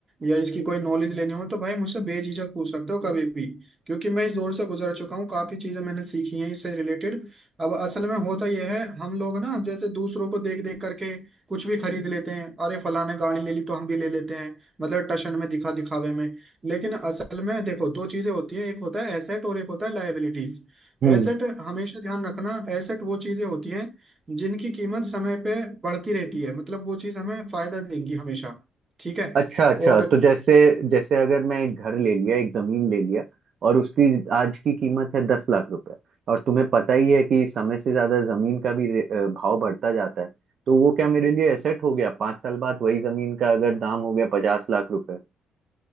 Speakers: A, on the right (about 30°); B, on the right (about 60°).
A: या इसकी कोई नॉलेज लेनी हो तो भाई मुझसे बेझिझक पूछ सकते हो कभी भी क्योंकि मैं इस दौर से गुजर चुका हूँ काफी चीजें मैंने सीखी हैं इससे रिलेटेड अब असल में होता यह है हम लोग ना जैसे दूसरों को देख देख करके कुछ भी खरीद लेते हैं अरे फलाने गाड़ी ले ली तो हम भी ले लेते हैं मतलब टशन में दिखा दिखावे में लेकिन असल में देखो दो चीजें होती है एक होता है एसेट और एक होता है लाइबिलिटी
B: रहा
A: एसेट हमेशा ध्यान रखना एसेट वो चीजें होती हैं जिनकी कीमत समय पे बढ़ती रहती है मतलब वो चीज हमें फायदा देंगी हमेशा ठीक है
B: अच्छा अच्छा
A: और
B: तो जैसे जैसे अगर मैं एक घर ले लिया एक जमीन ले लिया और उसकी आज की कीमत है दस लाख रुपए और तुम्हें पता ही है कि समय से ज्यादा जमीन का भी रे- अ, भाव बढ़ता जाता है तो वो क्या मेरे लिए एसेट हो गया पांच साल बाद वही जमीन का अगर दाम हो गया पचास लाख रुपए